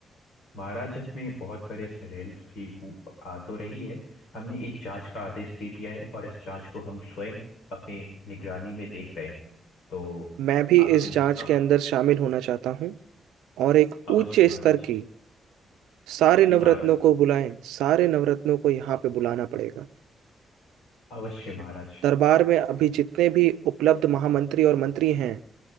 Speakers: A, on the left; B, on the right.
A: महाराज में बहुत बड़े षड्यंत्र की बू आ तो रही है हमने एक जांच का आदेश दे दिया है और इस जांच को हम स्वयं अपने निगरानी में देख रहे हैं तो
B: मैं भी
A: आप
B: इस
A: चिंतित
B: जांच
A: ना
B: के
A: हो
B: अंदर शामिल होना चाहता हूँ और एक
A: अवश्य
B: उच्च
A: महाराज
B: स्तर की सारे
A: जी
B: नवरत्नों
A: महाराज
B: को बुलाएं सारे नवरत्नों को यहाँ पे बुलाना पड़ेगा
A: अवश्य महाराज
B: दरबार में अभी जितने भी उपलब्ध महामंत्री और मंत्री हैं